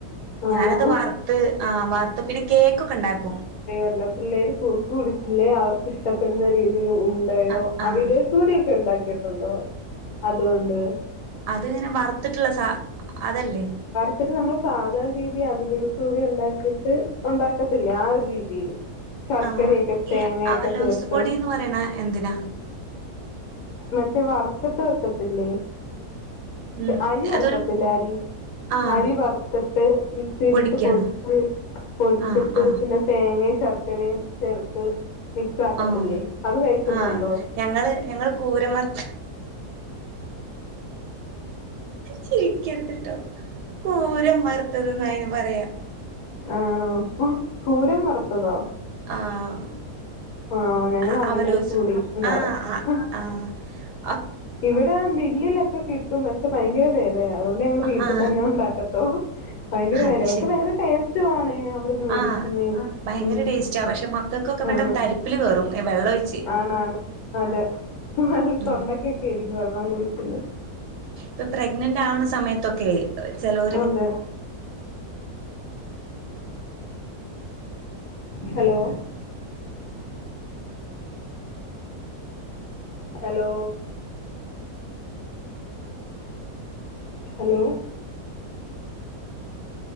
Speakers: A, on the right; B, on the left.
A: ഞാനത്
B: ആണോ
A: വറുത്ത് ആ വറുത്ത് പിന്നെ കേക്കൊക്കെ ഉണ്ടാക്കും
B: എല്ല പിള്ളേര് കുറുക്ക് പിടിച്ചില്ലേ അവർക്ക് ഇഷ്ടപ്പെടുന്ന രീതിൽ ഉ ടയോ
A: ആഹ് ആഹ്
B: അവലെസൂപൊടിയൊക്കെ ഉണ്ടാക്കിയിട്ടുണ്ടോ അതുകൊണ്ട്
A: അത് ഇങ്ങനെ വറത്തിട്ടുള്ള സ അതല്ലേ
B: ഇത്തിരിനമ്മള് സാധാരണ രീതി അഭിലേസുപൊടി ഉണ്ടാക്കിട്ട് ഉണ്ടാക്കത്തില്ലേആ ഒരു രീതിയില് ശർക്കരയൊക്കെ
A: ആഹ്
B: തേങ്ങയൊക്കെ
A: ഈ അവലോസ്
B: ചേർത്ത്
A: പൊടിന്ന് പറയണ എന്തിനാ
B: മറ്റേ വറത്തിട്ട് വെക്കത്തില്ലേ
A: ഉം
B: അരി വറക്കത്തില്ലേ
A: അതൊരു
B: അരി
A: ആഹ്
B: അരി വറുത്തിട്ട് മിക്സിയിലിട്ട്
A: പൊടിക്കാണോ
B: പൊടിച്ച് പൊടിച്ചിട്ട്
A: ആഹ് ആഹ്
B: പിന്നെ തേങ്ങയും ശർക്കരയും ചേർത്ത് മിക്സ് ആക്കത്തില്ലേ
A: ആഹ്
B: അത് കഴിച്ചിട്ടുണ്ടോ
A: ആഹ് ഞങ്ങള് ഞങ്ങള് കൂരമർത്ത ചിരിക്കര്ത്തിട്ടോ കൂരം വറുത്തത് ന്ന അതിന് പറയാ
B: ആണോ കൂരം വറുത്തതോ
A: ആഹ്
B: ആണോ ഞങ്ങൾ
A: ആ
B: അവിലേസ്
A: അവലോസു
B: കൂടി എന്ന്
A: ആഹ്
B: പറയും
A: ആ ആ
B: ഇവിടെ മില്ലിലൊക്കെ കി ട്ടും പക്ഷെ ഭയങ്കര വിലയ അതുകൊണ്ട് ഞങ്ങ
A: ആഹ്
B: വീട്ടിൽ തന്നെ ഉണ്ടാക്കത്തോ ഭയങ്കര വില
A: അത്
B: പക്ഷെ
A: ശരി
B: ഭയങ്കര ടേസ്റ്റ് ടേസ്റ്റ് ആണ് മേടിക്കുന്നതിന്
A: ആഹ് ഭയങ്കര
B: ഉം
A: ടേസ്റ്റ് ആ പക്ഷെ മക്കൾക്കൊക്കെ പെട്ടെന്ന്
B: ആണ്
A: തരിപ്പിൽ കേയറും വെള്ള ഒഴ
B: ആണാണ് അതെ
A: ഉം
B: തൊണ്ടക്കൊക്കെ ആയിരിക്കും വെള്ളം കുടിക്കല്
A: പ്പൊ പ്രഗ്നന്റ് ആവുന്ന സമയത്തൊക്കെ ചെലൊര് ഇങ്ങനെ
B: അതെ hello hello hello